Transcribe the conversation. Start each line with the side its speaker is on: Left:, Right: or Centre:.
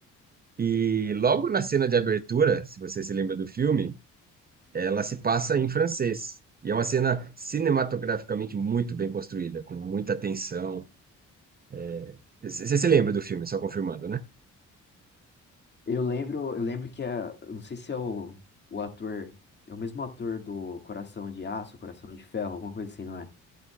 Right: E logo na cena de abertura, se você se lembra do filme, ela se passa em francês. E é uma cena cinematograficamente muito bem construída, com muita tensão. É, c- Você se lembra do filme, só confirmando, né?
Left: Eu lembro, eu lembro que é, eu não sei se é o, o ator, é o mesmo ator do Coração de Aço, Coração de Ferro, alguma coisa assim, não é?